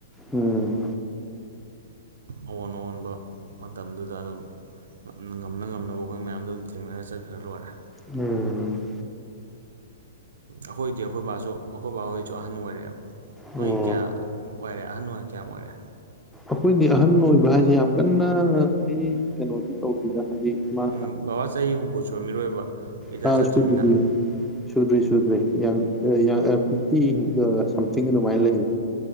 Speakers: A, in the centre; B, on the right.
A: ꯎꯝ
B: ꯑꯑꯣꯟ ꯑꯑꯣꯟꯕ ꯃꯇꯝꯗꯨꯗ ꯑꯗꯨꯝ ꯉꯝꯅ ꯉꯝꯅꯕ ꯑꯩꯈꯣꯏ ꯃꯌꯥꯝꯗꯣ ꯑꯗꯨꯝ ꯊꯦꯡꯅꯔ ꯆꯠꯈ꯭ꯔ ꯂꯣꯏꯔꯦ
A: ꯎꯝ
B: ꯑꯩꯈꯣꯏꯗꯤ ꯑꯩꯈꯣꯏꯕꯥꯁꯨ ꯑꯩꯈꯣꯏ ꯕꯥꯍꯣꯏꯁꯨ ꯑꯍꯟ ꯑꯣꯏꯔ‌ꯦꯕ ꯅꯣꯏ
A: ꯑꯣ
B: ꯀꯌꯥ ꯑꯣꯏꯔꯦ ꯑꯍꯟ ꯑꯣꯏ ꯀꯌꯥꯝ ꯑꯣꯏꯔꯦ
A: ꯑꯩꯈꯣꯏꯗꯤ ꯑꯍꯟ ꯑꯣꯏꯕ ꯍꯥꯏꯁꯦ ꯌꯥꯝ ꯀꯟꯅꯗꯤ ꯀꯩꯅꯣꯗꯤ ꯇꯧꯗꯔꯤꯗ ꯍꯥꯏꯗꯤ ꯃꯥ
B: ꯎꯝ ꯕꯕꯥ ꯆꯍꯤ ꯍꯨꯝꯐꯨ ꯁꯨꯔꯝꯃꯤꯔꯣꯏꯕ ꯔꯤꯇꯤꯋꯥꯔ
A: ꯇꯔꯥ
B: ꯆꯠꯇ꯭ꯔꯤꯃꯤꯅꯥ
A: ꯁꯨꯗ꯭ꯔꯤꯌꯦ ꯁꯨꯗ꯭ꯔꯤ ꯁꯨꯗ꯭ꯔꯤ ꯐꯤꯐꯇꯤꯒ ꯁꯝꯊꯤꯡ ꯑꯗꯨꯃꯥꯏꯅ ꯂꯩꯌꯦ